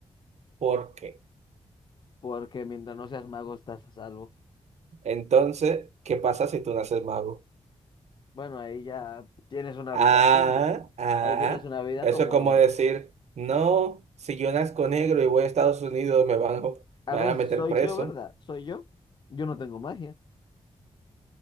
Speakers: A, on the right (about 65°); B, on the left (about 40°).
A: ¿Por qué?
B: Porque mientras no seas mago estás a salvo.
A: Entonces, ¿qué pasa si tú naces mago?
B: Bueno, ahí ya tienes una
A: Ah,
B: vida horrible.
A: ah.
B: Ahí tienes una vida
A: Eso
B: como...
A: es como decir, no, si yo nazco negro y voy a Estados Unidos, me van, a-
B: A
A: me
B: ver,
A: van a meter
B: soy
A: preso,
B: yo, ¿verdad? Soy yo. Yo no tengo magia.